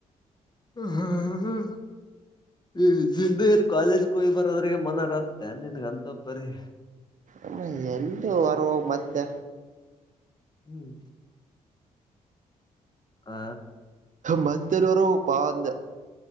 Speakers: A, on the left; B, on the right.
A: ಹ್ಮ್ ಈದ್ದ ಇರ್ ಕಾಲೇಜ ಹೋಗ್ ಬರೋದ್ರಿಗೆ ಮನರತ್ತೆ ನಿನ್ಗಂತಪ್ಪರಿೀ
B: ಆಮ್ಮ ಎಲ್ಲ ವರವ ಮತ್ತೆ
A: ಹ್ಮ್ ಹ
B: ಮತ್ತನರ ಹೊರ ಹೋಗನ ಪಾ ಅಂದ